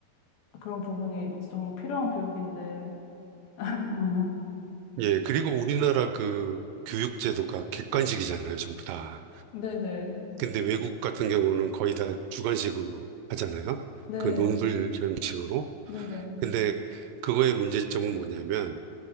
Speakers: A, on the left (about 85°); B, on the right (about 80°).
A: 그런 부분이 정말 필요한 교육인데. <laughs>
B: 예, 그리고 우리나라 그 교육제도가 객관식이잖아요, 전부 다.
A: 네네.
B: 근데 외국 같은 경우는 거의 다 주관식으로 하잖아요.
A: 네.
B: 그 논술 형식으로.
A: 네네.
B: 근데 그거의 문제점은 뭐냐면